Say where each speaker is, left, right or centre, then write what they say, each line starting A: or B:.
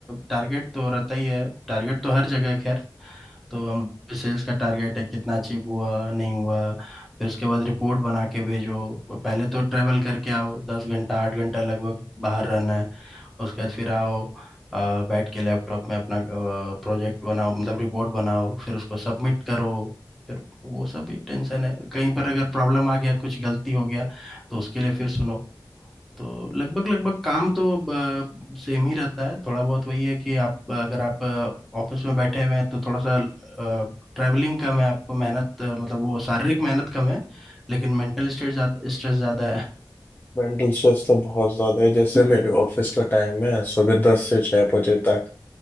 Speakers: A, in the centre; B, on the left.
A: टारगेट तो रहता ही है टारगेट तो हर जगह है खैर तो हम सेल्स का टारगेट है कितना अचीव हुआ नहीं हुआ फिर उसके बाद रिपोर्ट बना के भेजो पहले तो ट्रेवल करके आओ दस घंटा आठ घंटा लगभग बाहर रहना है उसके बाद फिर आओ अ, बैठ के लैपटॉप में अपना प्रोजेक्ट बनाओ मतलब रिपोर्ट बनाओ फिर उसको सबमिट करो फिर वो सब भी टेंशन है कहीं पर अगर प्रॉब्लम आ गया कुछ गलती हो गया तो उसके लिए फिर सुनो तो लगभग लगभग काम तो सेम ही रहता है थोड़ा बहुत वही है कि आप अगर आप ऑफिस में बैठे हुए हैं तो थोड़ा सा ट्रैवलिंग कम है आपको मेहनत अ, मतलब वो शारीरिक मेहनत कम है लेकिन मेंटल स्ट्रेस ज्यादा स्ट्रेस ज्यादा है
B: मेंटल स्ट्रेस तो बहुत ज्यादा है जैसे मेरे ऑफिस का टाइम है सुबह दस से छह बजे तक